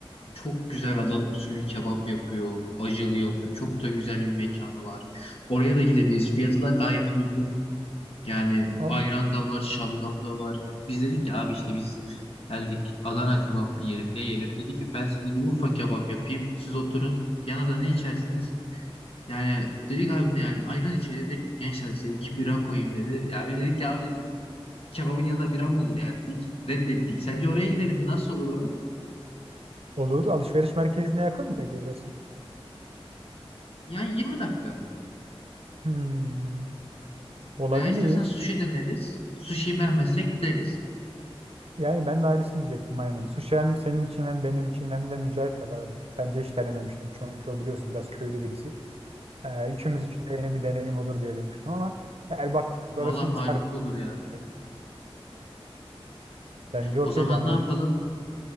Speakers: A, on the left (about 70°); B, on the right (about 70°).
A: Çok güzel Adana usulü kebap yapıyor, acılı yapıyor. Çok da güzel bir mekanı var. Oraya da gidebiliriz. Fiyatı da gayet uygun yani
B: Allah
A: ayran
B: Allah.
A: da var, şalgam da var. Biz dedik ki abi işte biz geldik Adana kebap mı yiyelim, ne yiyelim? Dedi ki ben size bir Urfa kebap yapayım. Siz oturun. Yana da ne içersiniz? Yani dedik abi ne yani ayran içelim dedik. Gençler size iki bira koyayım dedi. Ya biz dedik ki abi dedik kebabın yanında bira mı olur ya dedik. Reddettik. Sence oraya gidelim mi? Nasıl olur orada?
B: Olur. Alışveriş merkezine yakın mı peki burası?
A: Yani 20 dakika.
B: Hmm, olabilir.
A: Veya istersen sushi deneriz. Sushi beğenmezsek gideriz.
B: Yani ben de aynısını diyecektim aynen. Sushi hem senin için hem benim için hem de Mücahit de galiba. Bence hiç denememiştim çünkü o biliyorsun biraz köylü birisi. Ee, üçümüz için de yeni bir deneyim olur diye demiştim ama eğer baktık
A: Valla
B: orası hiç
A: harika
B: sarmıyor.
A: olur ya.
B: Şey, bence okey
A: O zaman
B: bana.
A: ne yapalım?